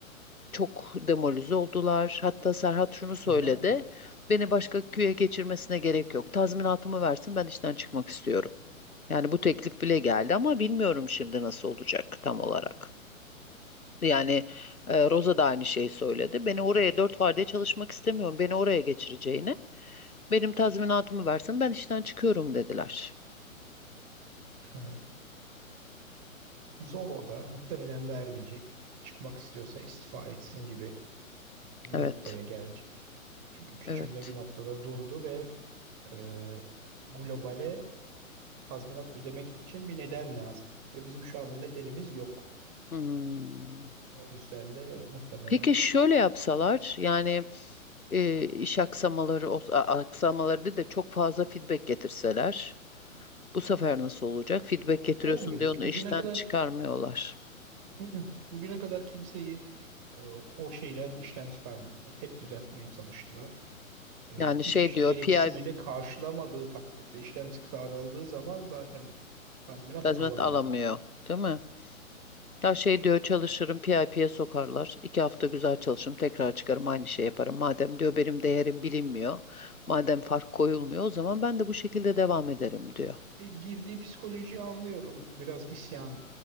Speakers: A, on the left; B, on the right.
A: çok demoralize oldular. Hatta Serhat şunu
B: herhalde.
A: söyledi. Beni başka köye geçirmesine gerek yok. Tazminatımı versin ben işten çıkmak istiyorum. Yani bu teklif bile geldi ama bilmiyorum şimdi nasıl olacak tam olarak. Yani e, Rosa da aynı şeyi söyledi. Beni oraya dört vardiya çalışmak istemiyorum. Beni oraya geçireceğine. Benim tazminatımı versin. Ben işten çıkıyorum dediler.
B: Ha. Zor o da. Muhtemelen vermeyecek. Çıkmak istiyorsa istifa etsin gibi bir
A: Evet.
B: noktaya gelecek. Çünkü küçülme
A: Evet.
B: bir noktada durdu ve e, globale tazminat ödemek için bir neden lazım. Ve bizim şu an o nedenimiz yok.
A: Hmm.
B: O yüzden de muhtemelen
A: Peki şöyle yapsalar yani e, iş aksamaları o- a- aksamaları değil de çok fazla feedback getirseler bu sefer nasıl olacak? Feedback getiriyorsun
B: olmuyor.
A: diye onu
B: Bugüne
A: işten
B: kadar
A: çıkarmıyorlar.
B: ı-ı, bugüne kadar kimseyi e, o şeyden işten çıkarmadılar. Hep düzeltmeye çalıştılar. E,
A: Yani
B: iş
A: şey diyor
B: gereksinimini
A: PI
B: karşılamadığı takdirde işten çıkarıldığı zaman zaten tazminat
A: tazminat
B: alamıyor.
A: alamıyor, değil mi? Ya şey diyor çalışırım PIP'ye sokarlar. İki hafta güzel çalışırım tekrar çıkarım aynı şey yaparım. Madem diyor benim değerim bilinmiyor. Madem fark koyulmuyor o zaman ben de bu şekilde devam ederim diyor.
B: E, girdiği psikolojiyi anlıyorum. Biraz isyan